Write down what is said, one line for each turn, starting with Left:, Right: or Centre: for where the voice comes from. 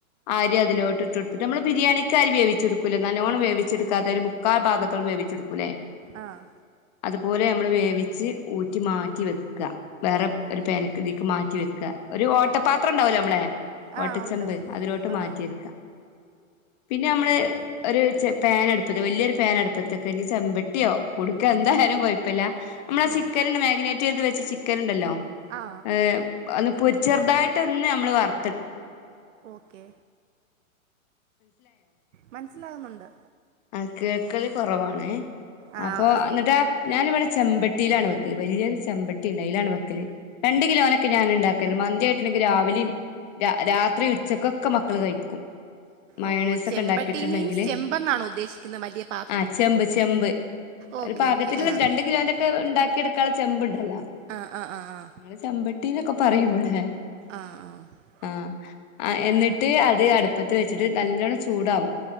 Left: ആ അരി അതിലോട്ട്ട്ട് കൊട്ത്ത്‌ട്ട് നമ്മള് ബിരിയാണിക്കരി വേവിച്ചെടുക്കൂലേ നല്ലോണം
Right: ആ
Left: വേവിച്ചെടുക്കാത്തെ
Right: മനസ്സിലായി
Left: ഒരു മു ക്കാ ഭാഗത്തോളം വേവിച്ചെടുക്കൂലേ
Right: ആഹ്
Left: അതുപോലെ നമ്മള് വേവിച്ച് ഊറ്റി മാറ്റി വെക്ക വേറെ
Right: ഓക്കെ
Left: ഒരു പേന്ക്ക് തീക്ക് മാറ്റി വെക്കുക ഒരു ഓട്ട പാത്രംണ്ടാവല്ലോ നമ്മളെ
Right: ആ
Left: ഓട്ടച്ചമ്പ്
Right: ഉണ്ട്
Left: അതിലോട്ട്
Right: ആ
Left: മാറ്റെയെക്കാ പിന്നെ നമ്മള്
Right: ഓക്കെ
Left: ഒരു ചെ പാൻ അടുപ്പത് വല്യൊരു പാൻ അടുപ്പത്ത് വെക്ക. ഇന്നി ചെമ്പട്ടിയോ കുടുക്കാ എന്തായാലും കൊഴപ്പല്ല മ്മളാ
Right: ആ
Left: ചിക്കൻണ്ട് മാഗിനേറ്റ് ചെയ്ത് വെച്ച ചിക്കന്ണ്ടല്ലോ
Right: ആ
Left: ഏഹ് ഒന്ന് പൊരി ചെറുതായിട്ട് ഒന്ന് നമ്മള് വർ
Right: ഓക്കെ മൻസ്സിലാകുന്നുണ്ട്
Left: ആ കേക്കല് കൊറവാണ്
Right: ആ
Left: അപ്പൊ
Right: അത്
Left: ന്നട്ടാ ഞാന്വടെ ചെമ്പട്ടിയിലാണ് വെക്കല് വല്ല്യൊരു ചെമ്പട്ടിണ്ട് അയ്ലാണ് വെക്കല്. രണ്ട് കിലോനൊക്കെ ഞാന്ണ്ടാക് ക്കല്. മന്തിയായിട്ടുണ്ടെങ്കിൽ രാവിലെയും രാത്രി ഉച്ചക്കൊക്കെ മക്കള് കഴിക്കും മയോണൈസ്
Right: ഓഹ് ചെമ്പട്ടി
Left: ഒക്കെ ഉണ്ടാക്കിയിട്ടുണ്ടെങ്കില്
Right: മീൻസ് ചെമ്പന്നാണോ ഉദ്ദേശിക്കുന്ന വലിയ പാത്രം
Left: ആഹ് ചെമ്പ് ചെമ്പ്,
Right: ഓക്കെ
Left: ഒരു പാകത്തിന്
Right: ഓക്കെ ആ
Left: ള്ള രണ്ട് കിലോന്റെക്കെ ണ്ടാക്കി എടുക്കാനുള്ള ചെമ്പ്ണ്ടല്ലോ
Right: ആ ആ ആ ആ
Left: ഞങ്ങള് ചമ്പട്ടീനൊക്കെ പറയും വടെ
Right: ആ ആ
Left: ആഹ് എന്നിട്ട് അത് അടുപ്പത്ത് വെച്ചിട്ട് നല്ലോണ്ണം ചൂടാവും